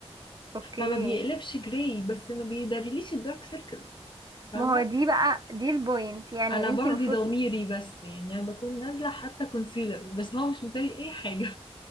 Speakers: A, on the right; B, on the left.
A: اوكي
B: فما بيقلبش جراي بس ما بيداريليش الدارك سيركلز فاهمة
A: ما هو دي بقى دي البوينت يعني
B: انا
A: انتي
B: برضي
A: المفروض
B: ضميري بس يعني انا بكون نازلة حتى كونسيلر بس هو مش مداري اي حاجة